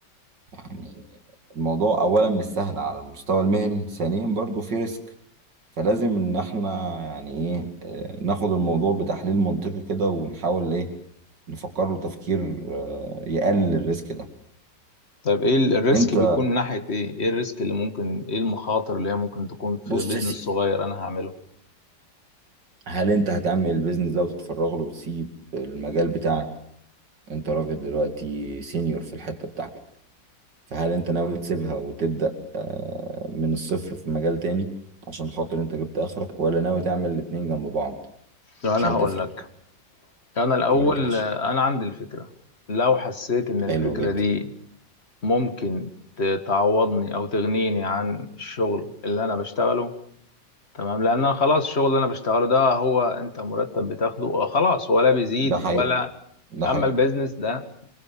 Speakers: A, on the right; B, on the left.
A: يعني الموضوع اولا مش سهل على المستوى المهني ثانيا برضو في ريسك فلازم ان احنا يعني ايه آه، ناخد الموضوع بتحليل منطقي كده ونحاول ايه نفكر له تفكير آه، يقلل الريسك ده
B: طيب ايه ال- الريسك
A: انت
B: بيكون من ناحيه ايه ايه الريسك اللي ممكن ايه المخاطر اللي هي ممكن تكون في
A: بص
B: بيزنس
A: يا سيدي
B: صغير انا هعمله
A: هل انت هتعمل البيزنس ده وتتفرغ له وتسيب المجال بتاعك انت راجل دلوقتي سينيور في الحتة بتاعتك فهل انت ناوي تسيبها وتبدأ آه، من الصفر في مجال تاني عشان خاطر انت جبت اخرك ولا ناوي تعمل الاتنين جنب بعض
B: لو انا
A: عشان
B: هقول
A: تفرق
B: لك انا الاول
A: قول لي يا باشا
B: آه، انا عندي الفكره لو حسيت ان الفكره
A: حلو جدا
B: دي ممكن ت- تعوضني او تغنيني عن الشغل اللي انا بشتغله تمام لان انا خلاص الشغل اللي انا بشتغله ده هو انت مرتب بتاخده آه، خلاص ولا بيزيد
A: ده حقيقي
B: ولا
A: ده حقيقي
B: اما البيزنس ده